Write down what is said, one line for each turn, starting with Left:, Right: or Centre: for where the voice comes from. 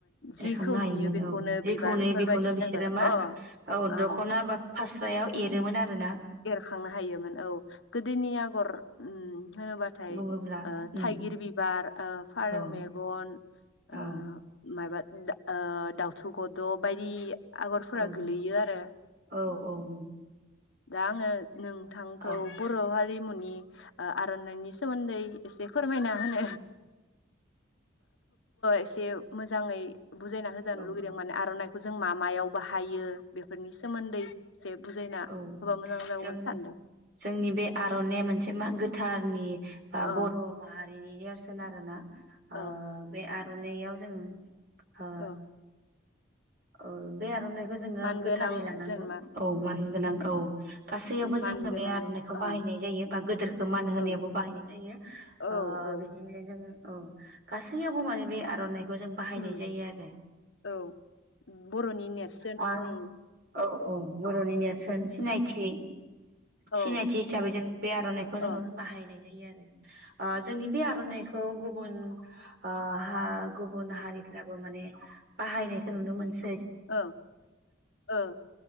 Left: जिखौ
Right: एरखांनो हायोमोन
Left: नुयो बेखौनो
Right: औ जेखौनो
Left: बिबारफोर
Right: बेखौनो
Left: बायदिसिनाखौ
Right: बिसोरो मा
Left: अ
Right: औ
Left: ओं
Right: दख'ना बा फास्रायाव एरोमोन आरोना
Left: खांनो हायोमोन औ गोदोनि आगर उम होनोबाथाय
Right: बुङोब्ला
Left: ओ
Right: उम
Left: थाइगिर बिबार ओ फारौ
Right: औ
Left: मेगन ओ
Right: औ
Left: मायबा दा ओ दाउथु गद' बायदि आगरफोरा
Right: औ
Left: गोलैयो आरो
Right: औ औ नंगौ
Left: दा ङो नोंथांखौ
Right: औ
Left: बर' हारिमुनि ओ आर'नाइनि सोमोन्दै एसे फोरमायना होनो एसे मोजाङै बुजायना होजानो
Right: औ
Left: लुगैदों माने आर'नाय खौ जों मा मायाव बाहायो बेफोरनि सोमोन्दै से बुजायना
Right: औ
Left: होबा मोजां जागौमोन
Right: जों
Left: सानदों
Right: जोंनि बे आर'नाया मोनसे मा गोथारनि बा
Left: ओ
Right: बर' मा हारिनि नेरसोन आरो ना ओ
Left: औ
Right: बे आरो नैयाव जों ओ
Left: औ
Right: औ बे आर'नाइखौ जोङो
Left: मानगोनां
Right: गोथारै लानांगौ
Left: जेनेबा
Right: औ मान गोनां औ गासैयावबो
Left: मानगोनां
Right: जोङो बे आर'नाइखौ बाहायनाय
Left: औ
Right: जायो बा गोदोरखौ मान होनायावबो
Left: औ
Right: बाहायनाय जायो
Left: औ
Right: ओ
Left: औ
Right: बिदिनो जों औ गासैयावबो माने बे आर'नाइ जों बाहायनाय
Left: उम
Right: जायो आरो
Left: औ बर'नि नेरसोन
Right: औ
Left: उम
Right: औ औ बर'नि नेरसोन सिनायथि सिनायथि
Left: औ
Right: हिसाबै जों बे आर'नाइखौ
Left: अ
Right: जोङो बाहायनाय <unintelligible> ओ जोंनि बे आर'नाइखौ ओ गुबुन ओ हा गुबुन हारिफ्राबो माने बाहायनाय नुनो मोनसै
Left: औ औ